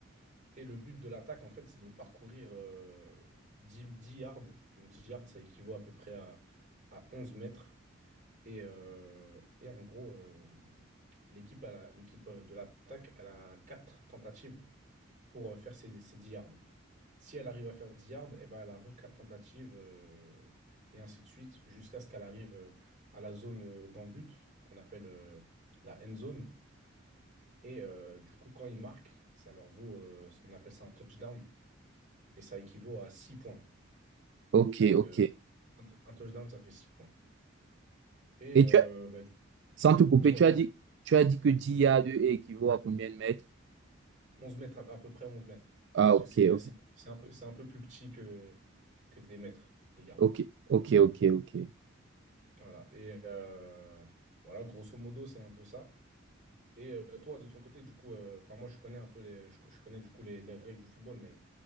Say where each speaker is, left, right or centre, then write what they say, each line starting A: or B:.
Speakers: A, on the right; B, on the right.
A: et le but de l'attaque, en fait, c'est de parcourir euh, 10, 10 yards. Donc, 10 yards, ça équivaut à peu près à, à 11 mètres. Et, euh, et en gros, euh, l'équipe elle a- l'équipe euh, de l'attaque, elle a quatre tentatives pour euh, faire ses, ses 10 yards. Si elle arrive à faire 10 yards, eh ben, elle a re quatre tentatives euh, et ainsi de suite jusqu'à ce qu'elle arrive euh, à la zone euh, d'en-but qu'on appelle euh, la end zone. Et euh, du coup, quand ils marquent, ça leur vaut, euh, on appelle ça un touchdown et ça équivaut à 6 points.
B: Ok,
A: Donc,
B: ok.
A: euh, un, un touchdown, ça fait 6 points. Et
B: Et
A: euh,
B: tu as,
A: bah, du-
B: sans te couper,
A: dis-moi,
B: tu
A: dis-moi.
B: as dit, tu as dit que 10 yards équivaut à combien de mètres?
A: 11 mètres, à, à peu près 11 mètres.
B: Ah,
A: Parce
B: ok,
A: que c'est euh,
B: ok,
A: c'est- c'est un peu, c'est un peu plus petit que, que des mètres, des gardes.
B: ok, ok, ok, ok.
A: Voilà. Et euh, voilà, grosso modo, c'est un peu ça. Et euh, toi, de ton côté, du coup, euh, enfin, moi, je connais un peu les, je, je connais du coup les, les règles du football, mais